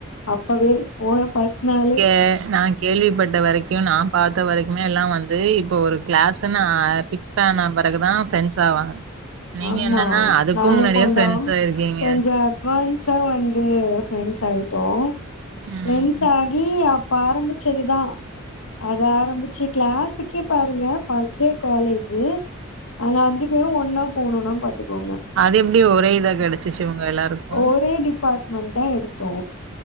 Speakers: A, on the left; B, on the right.
A: அப்பவே போன ஃபஸ்ட் நாளே
B: ஹே நா இங் கேள்விப்பட்ட வரைக்கு நா பாத்த வரைக்குமே எல்லா வந்து இப்போ ஒரு கிளாஸ்சுனா ஃபிக்ஸ் ஸான பெறகுதா ஃப்ரண்ட்ஸ் ஆவாங்க நீங்க
A: ஆமா
B: என்னன்னா அதுக்கு
A: நாங்க
B: முன்னாடியே
A: கொண்டதா
B: ஃப்ரெண்ட்ஸா இருக்கீங்க
A: கொஞ்சோ அட்வான்ஸா வந்து ஃப்ரெண்ட்ஸ் ஆய் டோ
B: ம்
A: ஃப்ரெண்ட்ஸ் ஆகி அப்ப ஆரமிச்சதுதா அது ஆரம்பிச்சு க்ளாஸ்சுக்கே பாருங்க ஃபஸ்ட்டே காலேஜ் நாங்க அஞ்சு பேரு ஒண்ணா போனோனா பாத்துக்கோங்க
B: அது எப்டி ஒரே இதா கெடைச்சிச்சு ஒங்க எல்லாருக்கு
A: ஒரே டிபார்ட்மெண்ட் தா எடுத்தோ